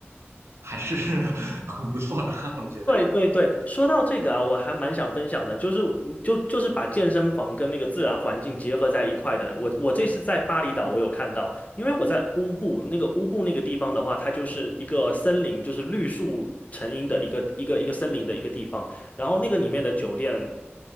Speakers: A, on the right; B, on the left.
A: 还是 <laughs> 很不错的，我觉得。
B: 对对对，说到这个啊，我还蛮想分享的，就是就就是把健身房跟那个自然环境结合在一块的。我我这次在巴厘岛，我有看到，因为我在乌布那个乌布那个地方的话，它就是一个森林，就是绿树成荫的一个一个一个森林的一个地方。然后那个里面的酒店，